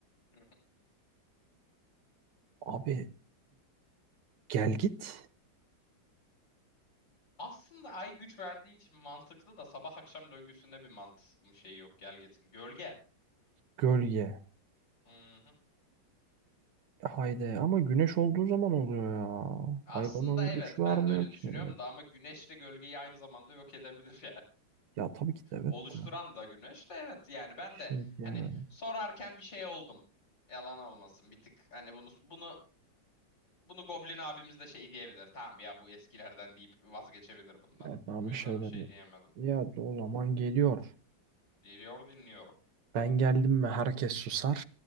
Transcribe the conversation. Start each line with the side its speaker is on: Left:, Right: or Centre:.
Left: Hı hı.
Right: Abi gel git
Left: Aslında ay güç verdiği için mantıklı da sabah akşam döngüsünde bir mantık şey yok gelgetin. Gölge.
Right: gölge.
Left: Hı hı.
Right: Haydi ama güneş olduğu zaman oluyor ya.
Left: Aslında
Right: Ay bana bir
Left: evet
Right: güç vermiyor
Left: ben de öyle
Right: ki.
Left: düşünüyorum da ama güneş de gölgeyi aynı zamanda yok edebilir <laughs> yani.
Right: Ya tabii ki de evet
Left: Oluşturan
Right: de.
Left: da güneş de evet yani ben
Right: Bir şey
Left: de
Right: diyemedim.
Left: hani sorarken bir şey oldum. Yalan olmasın bir tık hani bunu bunu bunu Goblin abimiz de şey diyebilir. Tamam ya bu eskilerden deyip vazgeçebilir bundan.
Right: Evet, ben
Left: O yüzden
Right: bir şey demiyorum.
Left: bir şey diyemedim.
Right: Ya o zaman geliyor.
Left: Geliyor dinliyorum.
Right: Ben geldim mi herkes susar.